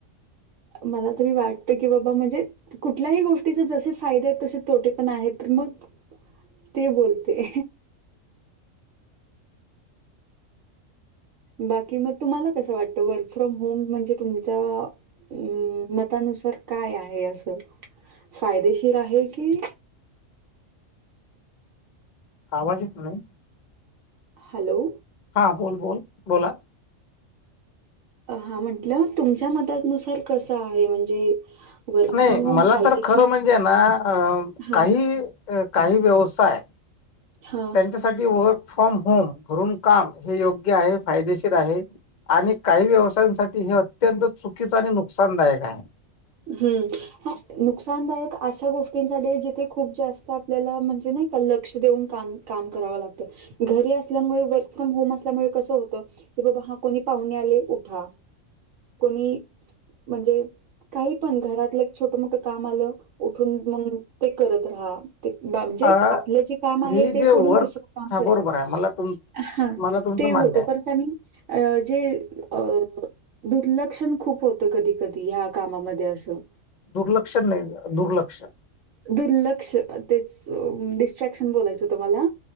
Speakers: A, on the right; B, on the left.
A: मला तरी वाटत की बाबा म्हणजे कुठल्याही गोष्टीचे जसे फायदे आहेत तसे तोटे पण आहेत, तर मग ते बोलते. बाकी मग तुम्हाला कसं वाटतं वर्क फ्रॉम होम म्हणजे तुमचा हम्म मतानुसार काय आहे असं? फायदेशीर आहे की
B: आवाज इत नाही?
A: हॅलो.
B: हा बोल बोल बोला.
A: हा म्हंटलं तुमच्या मतानुसार कसं आहे? म्हणजे वर्क
B: नाही
A: फ्रॉम होम
B: मला
A: फायदेशीर
B: तर खरं म्हणजे ना अ
A: हां,
B: काही काही व्यवसाय
A: हां.
B: त्यांच्यासाठी वर्क फ्रॉम होम घरून काम हे योग्य आहे, फायदेशीर आहे आणि काही व्यवसायांसाठी हे अत्यंत चुकीचं आणि नुकसानदायक हाय.
A: हम्म. हा नुकसानदायक अशा गोष्टींसाठी जिथे खूप जास्त आपल्याला म्हणजे नाही का लक्ष देऊन काम काम करावं लागतं, घरी असल्यामुळे वर्क फ्रॉम होम असल्यामुळे कसं होतं कि बाबा हा कोणी पाहुणे आले उठा, कोणी म्हणजे काही पण घरातलं एक छोट मोठं काम आलं उठून मग ते करत राहा ते बा जे
B: अ
A: आपलं जे काम आहे
B: ही
A: ते
B: जे
A: सोडून
B: वर्क
A: दुसरं काम
B: हा
A: करा.
B: बरोबर आहे मला तुम
A: हा
B: मला तुमचं
A: ते होतं
B: मान्य आहे
A: परतानी. अ जे अ दुर्लक्षण खूप होत कधी कधी ह्या. कामामध्ये असो.
B: दुर्लक्ष नाही दुर्लक्ष.
A: दुर्लक्ष तेच डिस्ट्रॅक्शन बोलायचं तुम्हाला.